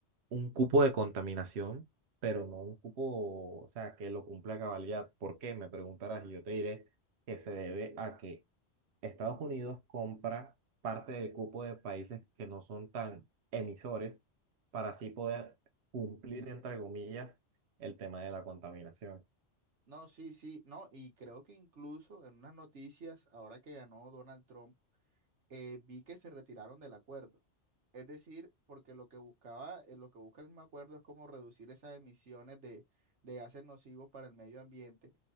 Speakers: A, on the right; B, on the right.
A: un cupo de contaminación, pero no un cupo, o sea, que lo cumpla a cabalidad. ¿Por qué? Me preguntarás y yo te diré que se debe a que Estados Unidos compra parte del cupo de países que no son tan emisores para así poder cumplir, entre comillas, el tema de la contaminación.
B: No, sí, sí, no, y creo que incluso en unas noticias, ahora que ganó Donald Trump, eh, vi que se retiraron del acuerdo. Es decir, porque lo que buscaba, eh, lo que busca el acuerdo es como reducir esas emisiones de, de gases nocivos para el medio ambiente.